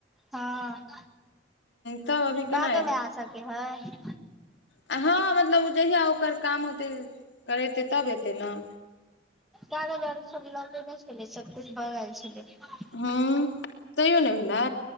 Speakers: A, in the centre; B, on the left.
A: हँ,
B: तब अभी केना
A: बादो में आ सकै है।
B: आ हँ, मतलब जहिया ओकर काम होतै, करेतै, तऽब एतै ने।
A: चार हजार सर लगैने छलै, सब कुछ भऽ गैल छलय।
B: हँ तैयो नहि भेलै